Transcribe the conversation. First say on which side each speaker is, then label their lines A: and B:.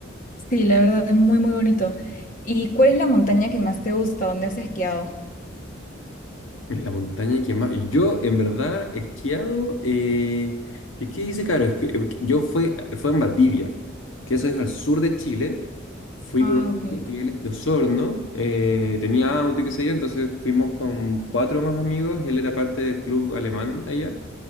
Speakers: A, on the left; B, on the left.
A: Sí, la verdad es muy, muy bonito. ¿Y cuál es la montaña que más te gusta? ¿Dónde has esquiado?
B: En la montaña que más. Yo, en verdad, he esquiado. Eh... ¿y ¿Qué dice, claro? Es que eh, yo fue, fue en Valdivia, que eso es al sur de Chile. Fui
A: Ah,
B: con un
A: ok.
B: amigo que él es de Osorno. eh, tenía auto y qué sé yo. Entonces fuimos con cuatro más amigos. Él era parte del club alemán allá.